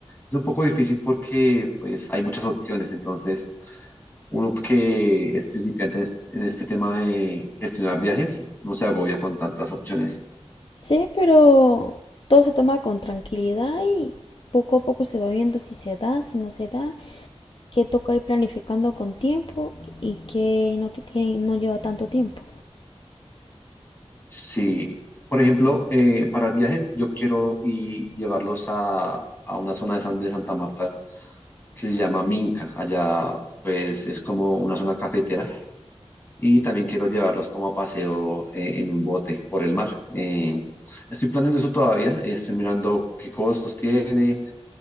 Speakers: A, on the left; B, on the left.
A: Es un poco difícil porque pues hay muchas opciones. Entonces, uno que es principiante en este en este tema de gestionar viajes no se agobia con tantas opciones.
B: Sí, pero todo se toma con tranquilidad y poco a poco se va viendo si se da, si no se da. que toca ir planificando con tiempo y que no, que no lleva tanto tiempo.
A: Sí, por ejemplo, eh, para el viaje yo quiero y llevarlos a, a una zona de, San, de Santa Marta que se llama Minca. Allá pues es como una zona cafetera y también quiero llevarlos como a paseo eh, en un bote por el mar. Eh, estoy planeando eso todavía, eh, estoy mirando qué costos tiene,